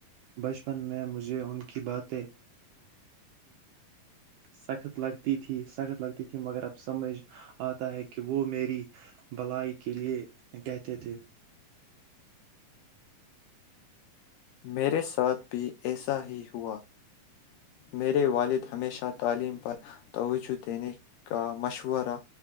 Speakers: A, on the right; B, on the left.
A: بچپن میں مجھے ان کی باتیں سخت لگتی تھی سخت لگتی تھی مگر اب سمجھ آتا ہے کہ وہ میری بلائی کے لیے کہتے تھے
B: میرے ساتھ بھی ایسا ہی ہوا میرے والد ہمیشہ تعلیم پر توجہ دینے کا مشورہ